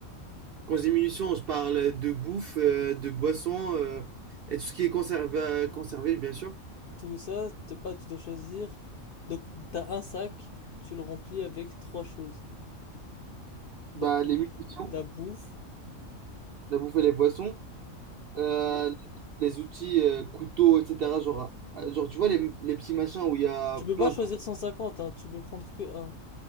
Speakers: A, on the right; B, on the left.
A: Quand je dis munitions, je parle de bouffe, euh, de boissons, euh, et tout ce qui est conservé, conservé, bien sûr.
B: Tout ça, t'as pas, tu dois choisir. Donc, t'as un sac, tu le remplis avec trois choses. Donc,
A: Bah, les munitions,
B: la bouffe,
A: la bouffe et les boissons. Euh,
B: ok.
A: les outils euh, couteaux, etc. Genre, euh, genre, tu vois les, les petits machins où il y a
B: Tu peux
A: plein
B: pas choisir
A: de...
B: 150, hein, tu peux prendre que un.